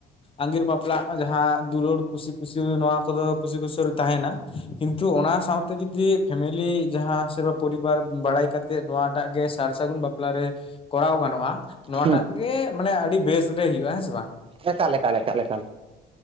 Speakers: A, on the left (about 30°); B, on the right (about 35°).
A: ᱟᱸᱜᱤᱨ ᱵᱟᱯᱞᱟᱜ ᱡᱟᱦᱟᱸ ᱫᱩᱞᱳᱲ ᱠᱩᱥᱤ ᱠᱩᱥᱟ ᱱᱚᱣᱟ ᱠᱚᱫᱚ ᱠᱩᱥᱤ ᱠᱩᱥᱟᱹᱞ ᱛᱟᱦᱮᱱᱟ ᱠᱤᱱᱛᱩ ᱚᱱᱟ ᱥᱟᱶᱛᱮ ᱡᱩᱫᱤ ᱯᱷᱮᱢᱮᱞᱤ ᱡᱟᱦᱟᱸ ᱥᱮ ᱵᱟ ᱯᱚᱨᱤᱵᱟᱨ ᱵᱟᱲᱟᱭ ᱠᱟᱛᱮᱫ ᱱᱚᱣᱟᱴᱟᱜ ᱜᱮ ᱥᱟᱨ-ᱥᱟᱹᱜᱩᱱ ᱵᱟᱯᱞᱟ ᱨᱮ ᱠᱚᱨᱟᱣ ᱜᱟᱱᱚᱜ-ᱟ᱾ ᱱᱚᱣᱟᱴᱟᱜ
B: ᱦᱩᱸ
A: ᱜᱮ ᱢᱟᱱᱮ ᱟᱹᱰᱤ ᱵᱮᱥ ᱵᱮ ᱦᱩᱭᱩᱜ-ᱟ ᱦᱮᱸ ᱥᱮ ᱵᱟᱝ?
B: ᱮᱠᱟᱞ ᱮᱠᱟᱞ ᱮᱠᱟᱞ ᱮᱠᱟᱞ᱾